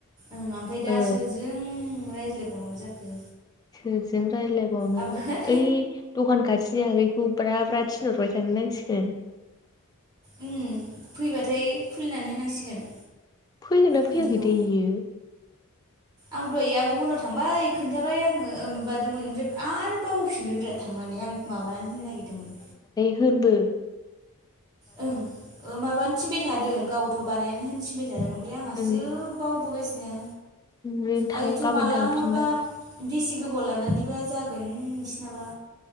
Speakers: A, on the right (about 15°); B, on the left (about 15°).
A: ओं ओमफ्राय दा
B: ओ
A: सोरजों रायज्लायबावनांगौ जाखो।
B: सोरजों रायलायबावनो
A: ओमफ्राय
B: ओइ दखान खाथिनि आगैखौ ब्रा ब्रा थि नहरबाय थानो नांसिगोन।
A: ओम फैबाथाय खुलिनानै होनांसिगोन।
B: फैगोनना फैयाखैथाय
A: बिनिखौ
B: इयो?
A: आं दहाय आबौ मोनायाव थांबाय खोन्थाबाय आङो ओ माबादोंमोन ओमफ्राय आरो बावबोफिनबाय ब्रा। थांनानै आं माबानानै होनो नागिरदोंमोन।
B: दोनबो।
A: ओं ओ माबानो थिनबाय थादों गावथ' बानायनानै होनो थिनबाय था दों ओमफ्राय आंहासो
B: उम
A: बावबोगासिनो।
B: नों थां
A: आरो इथ'
B: गाबोन
A: मालाबा
B: थांफिनबा
A: बेसे गोबाव लानानैबा जागोन बिसानाबा।